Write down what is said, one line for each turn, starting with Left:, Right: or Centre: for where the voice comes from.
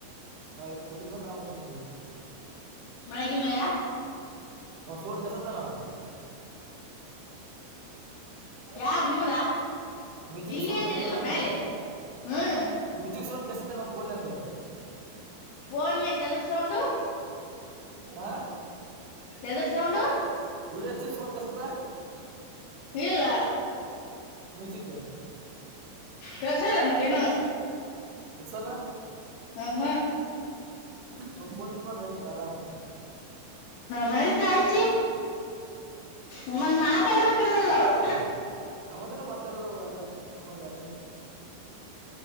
Right: ನಾವವು ಈ ಕಡೆ ಇದ್ರ ಮೇಲೆ ನಾವು ಮಲ್ಕೊಳ್ತೀವಿ
Left: ಮಳಗಿ ಮೇಲೆಯೇ
Right: ಹ ಸೋಟ್ ಕೆಸತಾನ <unintelligible> ಹೌದು
Left: ಯಾರ್
Right: ಹೌದು
Left: ನಿಮ್ಮದ
Right: ಮ್ಯೂಸಿಕ್
Left: ಇಲ್ಲೇ
Right: ಸೌಂಡ್
Left: ಇದ್ರಿಲ್ಲ
Right: ಕೇಳುತ್ತಾ
Left: ಮೇಲೆ ಹ್ಮ್
Right: ಮ್ಯೂಸಿಕ್ ಸೌಂಡ್ ಕೇಳಿಸುತ್ತ ನನ್ನ ಪೋನ್ಡು
Left: ಫೋನ್ಆಗ ಎದ್ರ ಸೌಂಡು
Right: ಹಾ
Left: ಎದ್ರ ಸೌಂಡು
Right: ವಿಡಿಯೋ ಹಚ್ಚಿರೊ ಸೌಂಡ್ ಕೇಳಿಸುತ್ತ
Left: ಇಲ್ಲಾ
Right: ಮ್ಯೂಸಿಕ್
Left: ಕೆಲ್ಸ ಇಲ್ಲ ನಂಗೇನು
Right: ಕೆಲಸಲ್ಲ
Left: ಹಾ ಹಾ
Right: ಸ ಪಣ ನಡತರಾಮ <unintelligible>
Left: ನಡೀತಾ ಅಜ್ಜಿ ಒಮ್ಮೆ ಮಾತಾಡ್ಬೇಕಂದಲ್ಲ ಅವರು
Right: ಸಮಾಧಾನಕ್ಕೆ ಮಾತಾಡೋದು ಎಲ್ಲಾ ಸುಮ್ಮನೆ